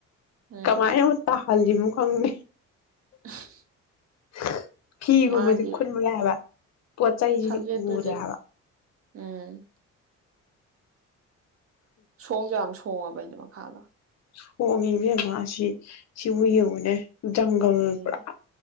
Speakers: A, on the right; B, on the left.
A: ꯎꯝ
B: ꯀꯃꯥꯏ ꯅꯕꯨ ꯇꯥ ꯍꯥꯜꯂꯤꯃꯨ ꯈꯪꯗꯦ꯫
A: <unintelligible>
B: <inaudible> ꯐꯤꯒꯨꯝꯕꯗꯤ
A: ꯃꯥꯒꯤ
B: ꯈꯨꯟꯕꯒ ꯌꯥꯏ ꯍꯥꯕꯥ꯫ ꯄꯣꯆꯩꯁꯤꯗꯤ
A: ꯁꯝꯖꯦꯠꯇꯨꯗꯤ
B: ꯎꯗꯦ ꯍꯥꯏꯕꯥ ꯫
A: ꯎꯝ ꯁꯣꯡꯖꯨ ꯌꯥꯝ ꯁꯣ ꯁꯣꯡꯉ ꯕꯅꯤ ꯃꯈꯥꯗꯣ꯫
B: ꯁꯣꯡꯉꯤꯕꯦꯝꯃ ꯁꯤ ꯁꯤꯕꯨ ꯌꯦꯡꯉꯨꯅꯦ! ꯖꯪꯒꯜ
A: ꯎꯝ
B: ꯄꯨꯔꯥꯥ